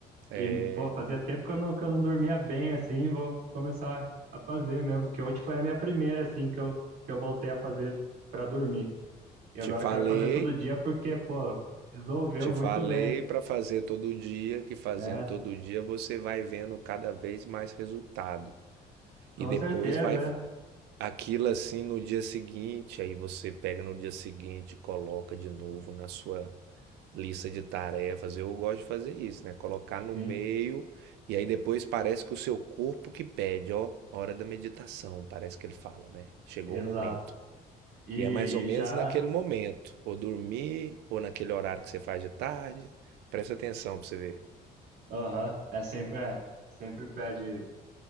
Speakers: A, on the right (about 80°); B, on the right (about 70°).
A: É,
B: E, pô, fazia tempo que eu não, que eu não dormia bem, assim, vou começar a fazer mesmo, que ontem foi a minha primeira, assim, que eu, que eu voltei a fazer pra dormir. E
A: te
B: agora
A: falei,
B: eu quero fazer todo dia porque, pô, resolveu
A: te
B: muito
A: falei
B: bem.
A: para fazer todo dia, que fazendo
B: É,
A: todo dia você vai vendo cada vez mais resultado.
B: com
A: E depois
B: certeza,
A: vai
B: é.
A: aquilo assim no dia seguinte, aí você pega no dia seguinte, coloca de novo na sua lista de tarefas. Eu gosto de fazer isso, né? Colocar no
B: Sim,
A: meio e aí depois parece que o seu corpo que pede, ó, hora da meditação, parece que ele fala, né? Chegou
B: exato.
A: o momento.
B: E,
A: E é mais ou menos
B: e já,
A: naquele momento, ou dormir, ou naquele horário que você faz de tarde. Presta atenção pra você ver.
B: aham, é sempre, é, sempre pede,